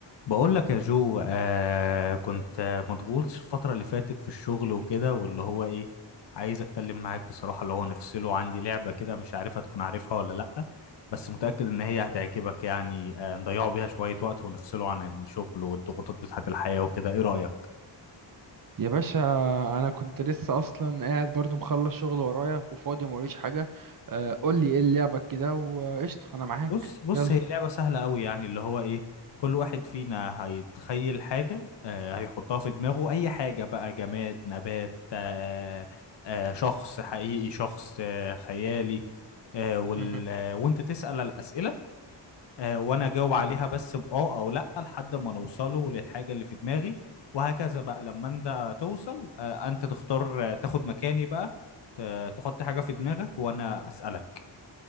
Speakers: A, on the left (about 65°); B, on the right (about 50°).
A: بقول لك يا جو آه كنت آه، مضغوط الفترة اللي فاتت في الشغل وكده واللي هو ايه عايز اتكلم معاك بصراحة اللي هو نفصله عندي لعبة كده مش عارف هتكون عارفها ولا لأ بس متأكد ان هي هتعجبك يعني آه نضيعوا بيها شوية وقت ونفصله عن الشغل والضغوطات بتاعة الحياة وكده ايه رأيك
B: يا باشا انا كنت لسه اصلا قاعد برضو مخلص شغل ورايا وفاضي موريش حاجه آه، قول لي ايه لعبك كده وقشطه انا معاك
A: بص بص
B: يلا
A: هي لعبة سهلة قوي يعني اللي هو ايه كل واحد فينا هيتخيل حاجة آه هيحطها في دماغه اي حاجة بقى جماد نبات آه آه شخص حقيقي شخص آه خيالي آه وال...
B: مهم.
A: آه، وانت تسأل الأسئلة آه وانا اجاوب عليها
B: أوه.
A: بس بآه او لأ لحد ما نوصله للحاجة اللي في دماغي وهكذا بقى لما انت توصل آه انت تختار آه، تاخد مكاني بقى ت- تحط حاجة في دماغك وانا أسألك